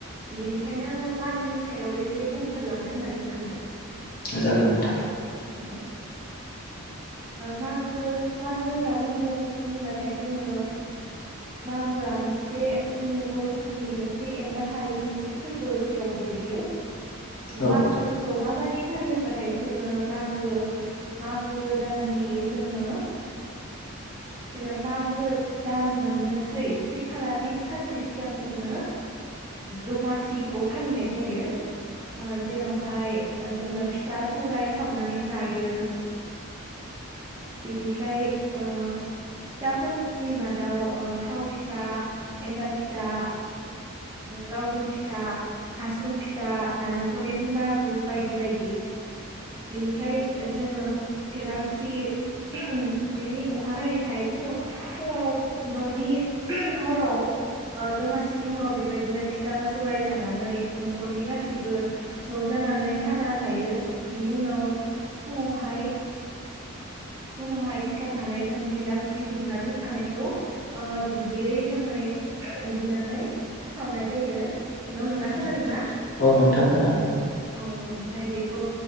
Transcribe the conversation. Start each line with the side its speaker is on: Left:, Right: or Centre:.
Right: बेनिखायनो आङो मागोनि सायाव एसे बुंफोरलांनो होननानै सानदों
Left: जागोन नोंथां
Right: औ मागो मागो होनना बुंब्लाथाय जोङो मागोआ मोनसे जोंनि बर'फोरनि मोनसे एंगार हायै मोनसे फोरबो बेयाव गोलैयो
Left: औ
Right: मागोखौ
Left: नोंथां
Right: माबादि फालियो होनबाथाय जोङो मागो मागो दाननि जोङो जेनबा मागो दान मोननोसै से खालनि सानसे सिगां जोङो दमासिखौ फालिनाय जायो जेरावहाय जोङो फिथा सौराइ सावनानै जायो बेनिफ्राय फिथाफोरनि मादाव थाव फिथा एन्थाब फिथा लावदुम फिथा हासुं फिथा नालेंखलनि लारु बायदि बायदि बेनिफ्राय जोङो भेलाग खुसि बिनि अखानायैहाय फुङाव फुङाव न'नि हराव दमासिनि हराव बेबायदिनो फिथा सौराय जानानै न'खरनि गासैबो ज' जानानै खाना जायो बेनि उनाव फुङावहाय <unintelligible> सिखारनानै जों भेला खुसि हुंना दोनखानायखौ ओ दुगैयै लोङै दुगैनानै सावनाय जायो हेल' नोंथां खोनादों ना?
Left: औ नोंथां खोनादों।
Right: औ ओमफ्राय बेखौ